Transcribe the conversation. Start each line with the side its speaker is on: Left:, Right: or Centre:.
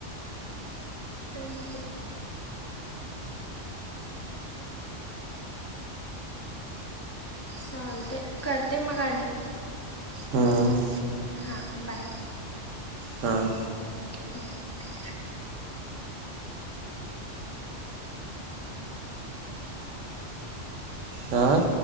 Left: काय माहिते चालतय करते मग आणि
Right: हम्म.
Left: हां बाय.
Right: हां.
Left: होय.
Right: आं